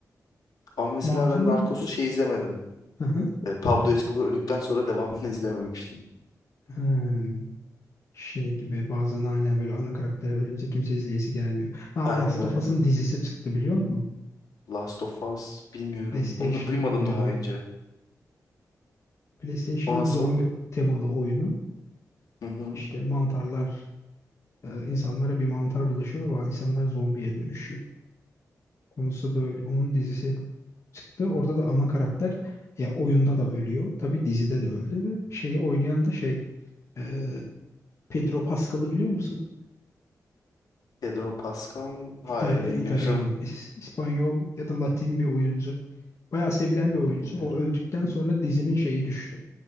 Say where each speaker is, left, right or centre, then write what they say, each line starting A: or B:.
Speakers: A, on the left; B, on the left.
A: Ama mesela
B: Marvel'ın
A: ben Narcos'u şey izlemedim.
B: Hı hı.
A: E, Pablo Escobar öldükten sonra devamını <laughs> izlememiştim.
B: Hmm. şey gibi bazen aynen böyle ana karakter ölünce kimse izleyesi gelmiyor. Ha,
A: Aynen
B: Last
A: aynen.
B: of Us'ın dizisi çıktı biliyor musun?
A: Last of Us bilmiyorum.
B: PlayStation'ın
A: Onu da duymadım
B: oyunu.
A: daha önce.
B: PlayStation'ın
A: O nasıl?
B: zombi temalı oyunu
A: Hı hı.
B: işte mantarlar e, insanlara bir mantar bulaşıyor ve insanlar zombiye dönüşüyor. Konusu böyle. Onun dizisi çıktı. Orada da ana karakter ya oyunda da ölüyor. Tabii dizide de öldü ve şeyi oynayan da şey e, Pedro Pascal'ı biliyor musun?
A: Pedro Pascal? Hayır
B: İtal- e,
A: bilmiyorum.
B: İtalyan diyorum. İs- İspanyol ya da Latin bir oyuncu. Bayağı sevilen
A: <laughs>
B: bir oyuncu.
A: Yok bilmiyorum.
B: O öldükten sonra dizinin şeyi düştü.